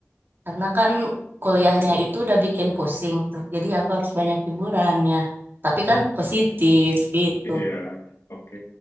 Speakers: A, on the right; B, on the left.
A: karena kan kuliahnya itu udah bikin pusing tuh. Jadi aku harus banyak hiburannya. Tapi
B: <laughs>
A: kan positif gitu.
B: Iya, oke.